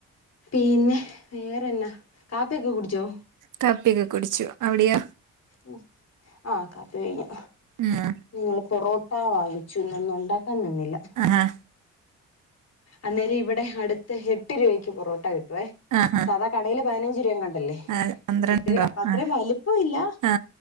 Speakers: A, on the left; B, on the right.
A: പിന്നെ വേറെന്നാ കാപ്പിയൊക്കെ കുടിച്ചോ
B: കാപ്പിയൊക്കെ കുടിച്ചു അവിടെയോ
A: ഉ ആഹ് കാപ്പി കഴിഞ്ഞു
B: ഉം
A: ഞങ്ങള് പൊറോ ട്ട വാങ്ങിച്ചു ഇന്നൊന്നും ഉണ്ടാക്കാൻ നിന്നില്ല
B: ആഹ്
A: അന്നേരം ഇവിടെ അടുത്ത് എട്ട് രൂവയ്ക്ക് പൊറോട്ട കിട്ടുവേ
B: ആഹാ
A: സാധാ കടേല് പതിനഞ്ച് രൂവയെങ്ങാണ്ടല്ലേ
B: ആ, പന്ത്രണ്ടോ
A: എട്ടു ര അപ്പ അത്രയും
B: ആ
A: വലിപ്പ ഇല്ല
B: ആ